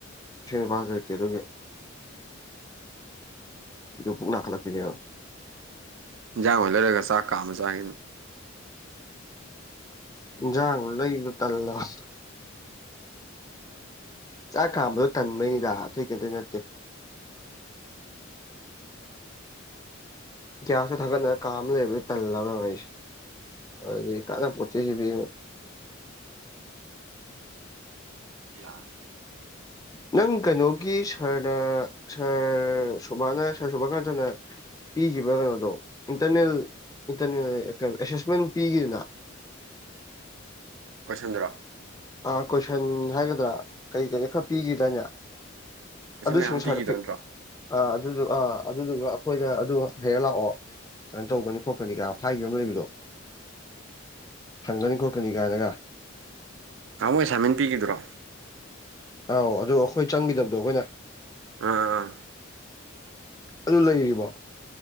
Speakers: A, on the left (about 20°); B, on the right (about 70°).
A: ꯏꯁ‌ꯦꯟꯅꯨꯄꯥꯁꯨ ꯂꯩꯇ‌ꯦ ꯑꯗꯨꯒꯤ ꯑꯗꯣ ꯄꯨꯛ ꯅꯥꯈꯠꯂꯛꯄꯤꯅꯦꯕ
B: ꯏꯟꯖꯥꯡ ꯍꯜ ꯂꯩꯔꯒ ꯆꯥꯛ ꯀꯥ ꯑꯃ ꯆꯥꯏ
A: ꯏꯟꯖꯥꯡꯒ ꯂꯩꯕ ꯇꯜꯂꯕ ꯆꯥꯛ ꯀꯥꯝꯕꯗꯣ ꯇꯟꯕꯩꯗ ꯑꯇꯩ ꯀꯩꯝ ꯅꯠꯇꯦ ꯒ꯭ꯌꯥꯁꯇ ꯊꯥꯒꯠꯅꯔ ꯀꯥꯝ ꯂꯩꯕꯒꯤ ꯇꯜꯂꯅꯦ ꯑꯩꯁꯦ ꯑꯗꯨꯗꯒꯤ ꯀꯥꯅꯄꯣꯠꯠꯇꯤꯁꯤꯗꯤ
B: <unintelligible>
A: ꯅꯪ ꯀꯩꯅꯣꯒꯤ ꯁꯥꯔꯅ ꯁꯥꯔ ꯁꯣꯕꯥꯅ ꯁꯥꯔ ꯁꯣꯕꯥꯀꯥꯟꯇꯅ ꯄꯤꯈꯤꯕ ꯀꯩꯅꯣꯗꯣ ꯏꯟꯇꯔꯅꯦꯜ ꯏꯟꯇꯔꯅꯦꯜ ꯑꯦꯁꯦꯁꯃꯦꯟ ꯄꯤꯈꯤꯗꯅ
B: ꯀꯣꯏꯁꯟꯗꯨꯔꯣ
A: ꯑꯥ ꯀꯣꯏꯁꯟ ꯍꯥꯏꯒꯗ꯭ꯔꯥ ꯀꯔꯤ ꯀꯔꯤ ꯈꯔ ꯄꯤꯈꯤꯗꯥꯏꯅꯦ
B: ꯀꯣꯏꯁꯟ
A: ꯑꯗꯨꯁꯤꯡꯁꯤꯡꯁꯥꫪꯗꯄꯤ
B: ꯃꯌꯥꯝ ꯄꯤꯈꯤꯗꯕ ꯅꯠꯇ꯭ꯔꯣ
A: ꯑꯥ ꯑꯗꯨꯗꯨ ꯑꯥ ꯑꯗꯨꯗꯨꯒ ꯑꯩꯈꯣꯏꯅ ꯑꯗꯨ ꯍꯔ ꯂꯥꯛꯑꯣ ꯀꯩꯅꯣ ꯇꯧꯒꯅꯤ ꯈꯣꯠꯀꯅꯤꯒ ꯍꯥꯏꯈꯤꯕ ꯑꯃ ꯂꯩꯕꯗꯣ ꯍꯪꯒꯅꯤ ꯈꯣꯠꯀꯅꯤ ꯀꯥꯏꯅꯒ
B: ꯉꯥꯍꯟꯃꯨꯛ ꯑꯦꯁꯥꯏꯟꯃꯦꯟ ꯄꯤꯈꯤꯕꯗ꯭‌ꯨꯔꯣ
A: ꯑꯧ ꯑꯗ ꯑꯩꯈꯣꯏ ꯆꯪꯈꯤꯗꯕꯗꯣ ꯑꯩꯈꯣꯏꯅ
B: ꯑꯥ ꯑꯥ
A: ꯑꯗꯨ ꯂꯩꯔꯤꯕꯣ